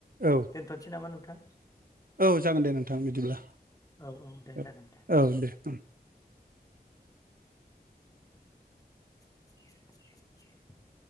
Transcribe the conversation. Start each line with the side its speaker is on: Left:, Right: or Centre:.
Right: औ
Left: दोनथ'नोसै नामा नोंथां
Right: औ जागोन दे नोंथां बिदिब्ला।
Left: औ औ दे
Right: औ
Left: जागोन दे
Right: औ दे उम।
Left: <inaudible>